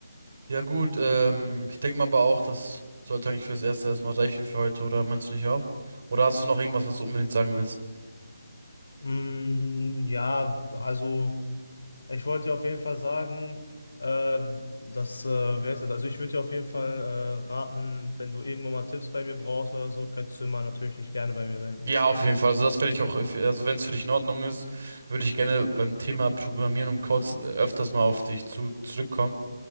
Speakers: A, on the right (about 40°); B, on the left (about 75°).
A: Ja gut, ähm, ich denke mal aber auch, das sollte eigentlich fürs Erste erstmal reichen für heute, oder meinst du nicht auch? Oder hast du noch irgendwas, was du unbedingt sagen willst?
B: Mm, ja, also ich wollte dir auf jeden Fall sagen, äh, dass, äh, wer ist das? Also ich würde dir auf jeden Fall äh, raten, wenn du irgendwann mal Tipps bei mir brauchst oder so, könntest du immer natürlich dich gerne bei mir wenden.
A: Ja, auf jeden Fall. Also das werde ich auch, also wenn es für dich in Ordnung ist, würde ich gerne beim Thema Programmieren und Codes öfters mal auf dich zu, zurückkommen.